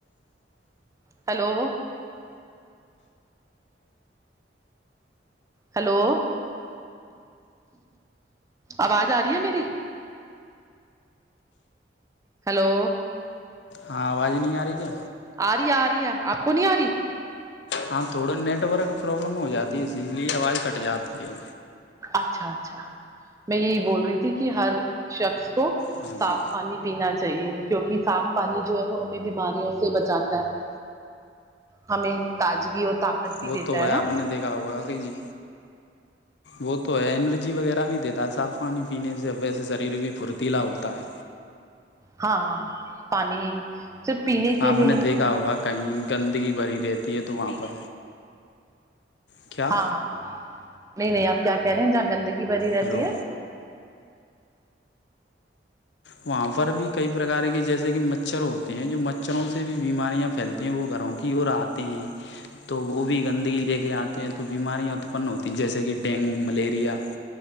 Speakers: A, on the right; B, on the left.
A: ہیلو ہلو آواز آ رہی ہے میری ہلو
B: ہاں آواز نہیں آ رہی کیا
A: آ رہی آ رہی ہے آپ کو نہیں آ رہی
B: ہاں تھوڑا نیٹورک پرابلم ہو جاتی ہے اسی لیے آواز کٹ جاتی ہے
A: اچھا اچھا میں یہی بول رہی تھی کہ ہر شخص کو
B: ہاں
A: صاف
B: جی
A: پانی پینا چاہیے کیونکہ صاف پانی جو ہے وہ ہمیں بیماریوں سے بچاتا ہے ہمیں تازگی اور طاقت بھی
B: وہ
A: دیتا
B: تو ہے
A: نا
B: آپ نے دیکھا ہوا کہ جی وہ تو ہے انرجی وغیرہ بھی دیتا ہے صاف پانی پینے سے ویسے شریر بھی پھرتیلا ہوتا ہے
A: ہاں پانی جب پینے کے
B: آپ
A: لیے
B: نے دیکھا ہوگا کہیں گندگی بری رہتی ہے تو وہاں پر کیا
A: ہاں ہاں نہیں نہیں آپ کیا کہہ رہے ہیں گندگی بری رہتی
B: ہلو
A: ہے <inaudible>
B: وہاں پر بھی کئی پرکار کے جیسے کہ مچھر ہوتے ہیں جو مچھروں سے بھی بیماریاں پھیلتی ہیں وہ گھروں کی اور آتے ہیں تو وہ بھی گندگی لے کے آتے ہیں تو بیماریاں اتپن ہوتی ہیں جیسے کہ ڈینگو ملیریا